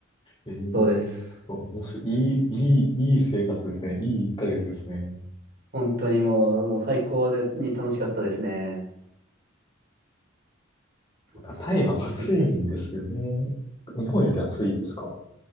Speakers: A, on the left; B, on the right.
A: ええすごい、
B: そうです。
A: 面白い。いい、いい、いい生活ですね。いい1ヶ月ですね。
B: 本当にもう、もう最高で、に楽しかったですね。
A: そうか、
B: そうですね。
A: タイは暑いんですよね。日本より暑いですか